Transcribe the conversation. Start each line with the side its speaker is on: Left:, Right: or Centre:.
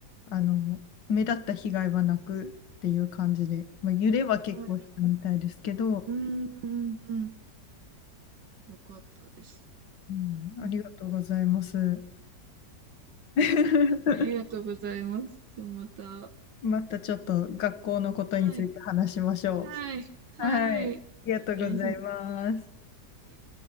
Left: あの、目立った被害はなくっていう感じで、まあ、揺れは結構したみたいですけど、
Right: い。はい。うん、うん、うん。よかったです。
Left: うん、
Right: うん
Left: ありがとうございます。<laughs>
Right: ありがとうございます。じゃあまた。
Left: またちょっと学校のことについて話しましょ
Right: はい。はい。はい。
Left: う。はい。ありがとうございます。
Right: お願いします。